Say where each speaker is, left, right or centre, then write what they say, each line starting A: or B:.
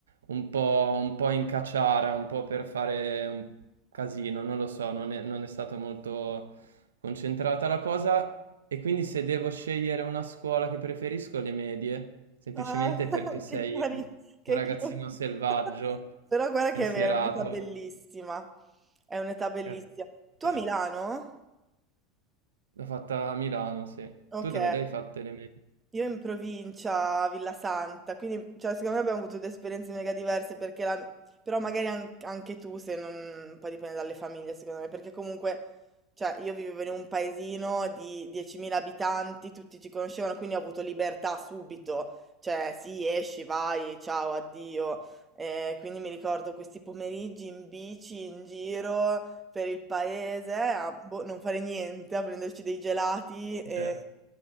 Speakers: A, on the right; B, on the right.
A: un po', un po' in cacciara, un po' per fare un casino, non lo so, non è, non è stata molto concentrata la cosa e quindi se devo scegliere una scuola che preferisco le medie, semplicemente
B: Ah, <laughs>
A: perché sei
B: che carino,
A: un
B: che
A: un ragazzino
B: cute.
A: selvaggio,
B: <laughs> Però guarda
A: pensierato,
B: che è vero, è un'età bellissima. È un'età bellissima.
A: che-
B: Tu
A: esatto.
B: a Milano?
A: l'ho fatta a Milano, sì.
B: Ok.
A: Tu dove l'hai fatte le medie?
B: Io in provincia, a Villa Santa, quindi cioè, secondo me abbiamo avuto due esperienze mega diverse, perché la- però magari an- anche tu, se non... poi dipende dalle famiglie, secondo me, perché comunque, cioè, io vivevo in un paesino di 10.000 abitanti, tutti ci conoscevano, quindi ho avuto libertà subito, cioè, sì, esci, vai, ciao, addio, Eh, quindi mi ricordo questi pomeriggi in bici, in giro, per il paese, a boh, non fare niente, a prenderci dei gelati e...
A: Cioè,